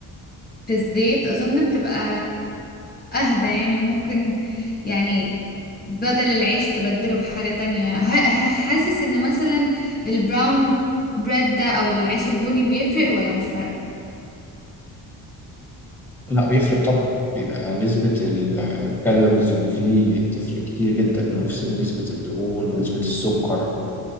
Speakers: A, on the left; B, in the centre.
A: في الزيت اظن بتبقى اهدى يعني ممكن يعني بدل العيش تبدله بحاجة تانية ه- ه- حاسس ان مثلا البراون بريد ده او العيش البني بيفرق ولا مش فارقة
B: لا بيفرق طبعا بيبقى نسبة ال- الكالوريز اللي فيه تفرق كتير جدا ونفس- نسبة الدهون ونسبة السكر